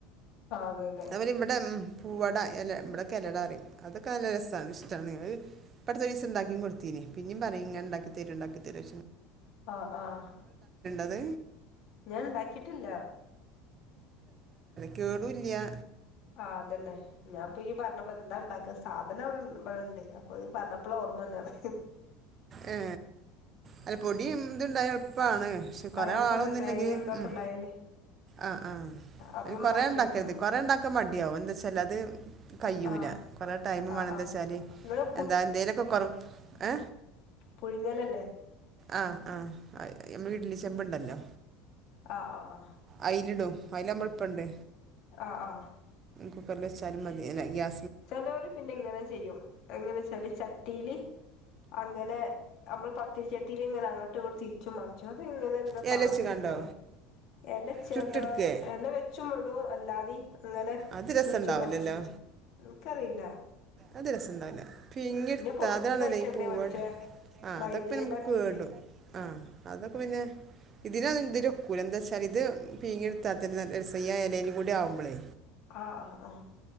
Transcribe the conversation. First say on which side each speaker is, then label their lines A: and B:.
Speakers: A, on the left; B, on the right.
A: ആഹ് അതെ അതെ
B: അവര് ഇവിടം പൂവട എലട ഇവിടൊക്കെ എലടപറയും അതൊക്കെ നല്ല രസാണ് ഇഷ്ട്ടാണ്ഈ ഇപ്പടുത്തൊരീസം ഉണ്ടാക്കിം കൊടുത്തിനിം പിന്നിം പറയും ഇങ്ങനെ ഉണ്ടാക്കിത്തരോ ഉണ്ടാക്കിതരോ
A: ആഹ് ആഹ്
B: അത്
A: ഞാൻ ഉണ്ടാക്കിട്ടില്ല
B: കേടുല്യ
A: ആ അതന്നെ ഞാൻപ്പൊ യ്യ് പറഞ്ഞപ്പപ്പോ എന്താണ്ടാക്ക സ് സാധനം ഇവി ബടെണ്ട് അപ്പൊ ഈ പറഞ്ഞപ്പളാ ഓർമ്മന്നത്
B: ഏ അല്ല പൊടിയും ഇതുണ്ടായ എളുപ്പാണ് പക്ഷെ കൊറെആളൊന്നും
A: ആ എളുപ്പാണ്
B: ഇല്ലെങ്കി
A: തേങ്ങയും ഇതൊക്കെ
B: ഉം
A: ഇണ്ടായാലേ
B: ആഹ് ആഹ്
A: അതൊന്ന്
B: കൊറെേണ്ടാക്കരുത്
A: നോക്കിയോക്കണം എന്നാല്
B: കൊറെണ്ടാക്കാൻ മടിയാവും എന്താച്ച് ചെലത് കയ്യൂല
A: ആഹ്
B: കൊറെ ടൈംവാണ്
A: ആഹ്
B: എന്താച്ചാല്
A: ആഹ് നിങ്ങള്
B: എന്താ എന്തേലൊക്കെ കൊറ ഏ
A: പുഴ്‌ങ്ങലല്ലേ
B: ആഹ് ആഹ് മ്മ വീട്ടില് ചെമ്പുണ്ടല്ലോ
A: ആഹ് ആഹ് ആഹ്
B: അയിൽടും അയിൽമ്മ ഇപ്പണ്ട്
A: ആഹ് ആഹ്
B: കുക്കറില്ച്ചാ മതിലെ ഗ്യാ
A: ചെലവര് പിന്നെ ഇങ്ങനെ ചെയ്യും എങ്ങനെച്ചാല് ചട്ടില് അങ്ങനെ മ്മള് പത്തിരിചട്ടില് ഇങ്ങനെ അങ്ങോട്ടും തി ച്ചും മറച്ചും ആ അത് ഇങ്ങനെ എന്താ
B: ഇല
A: പാടന്ന്
B: വെച്ച് കണ്ടോ
A: നിക്കറില്ല എലച്യാഡ
B: ചുട്ടെടുക്കേ
A: എല വെച്ചും ടും അല്ലാതിം അങ്ങനെ
B: അത് രസം
A: തിരിച്ചും
B: ഉണ്ടാവില്ലല്ലോ
A: മറിച്ചുടും എൻക്കറിയില്ല
B: അത് രസണ്ടാവില്ല പിഴിങ്ങിടുത്ത
A: പൊരിക്കണ
B: അതാണല്ലേ
A: ആയിട്ടുണ്ട്
B: ഈ പൂവ
A: മറ്റേ
B: ആ
A: മൈദയിലാക്കിയിട്ട്
B: അതൊക്കെ പിന്നെ നമുക്ക് കേടും ആഹ് അതൊക്കെ
A: ഉം
B: പിന്നെ ഇതിന് എന്തിലൊക്കൂല എന്താച്ചാലെ ഇത് പീങ്ങിടുത്താതന്നേ നല്ലരസാ ഇലേലും കൂടി ആവുമ്പോളേ
A: ആ ആ ആ